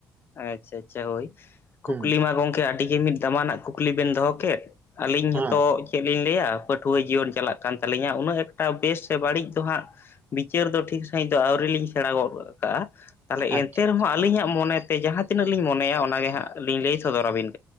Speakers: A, on the left; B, on the right.
A: ᱟᱪᱪᱷᱟ ᱟᱪᱪᱷᱟ ᱦᱳᱭ, ᱠᱩᱠᱞᱤ
B: ᱦᱩᱸ
A: ᱢᱟ ᱜᱚᱝᱠᱮ ᱟᱹᱰᱤ ᱜᱮ ᱢᱤᱫ ᱫᱟᱢᱟᱱᱟᱜ ᱠᱩᱠᱞᱤ ᱵᱮᱱ ᱫᱚᱦᱚ ᱠᱮᱫ᱾ ᱟᱹᱞᱤᱧ
B: ᱦᱮᱸ
A: ᱦᱤᱛᱜ ᱪᱮᱫ ᱞᱤᱧ ᱞᱟᱹᱭᱟ ᱯᱟᱹᱴᱷᱩᱣᱟᱹ ᱡᱤᱭᱚᱱ ᱪᱟᱞᱟᱜ ᱠᱟᱱ ᱛᱟᱹᱞᱤᱧᱟ ᱩᱱᱟᱹᱜ ᱮᱠᱴᱟ ᱵᱮᱥ ᱥᱮ ᱵᱟᱹᱲᱤᱡ ᱫᱚ ᱦᱟᱸᱜ ᱵᱤᱪᱟᱹᱨ ᱫᱚ ᱴᱷᱤᱠ ᱥᱟᱹᱦᱤᱡᱽ ᱫᱚ ᱟᱹᱣᱨᱤ ᱞᱤᱧ ᱥᱮᱬᱟ ᱜᱚᱫ ᱠᱟᱜ-ᱟ᱾ ᱛᱟᱦᱚᱸᱞᱮ
B: ᱟᱪᱪᱷᱟ
A: ᱮᱱᱛᱮ ᱨᱮᱦᱚᱸ ᱟᱹᱞᱤᱧᱟᱜ ᱢᱚᱱᱮᱛᱮ ᱡᱟᱦᱟᱸ ᱛᱤᱱᱟᱹᱜ ᱞᱤᱧ ᱢᱚᱱᱮᱭᱟ ᱚᱱᱟᱜᱮ ᱦᱟᱸᱜ ᱞᱤᱧ ᱞᱟᱹᱭ ᱥᱚᱫᱚᱨᱟᱵᱤᱱ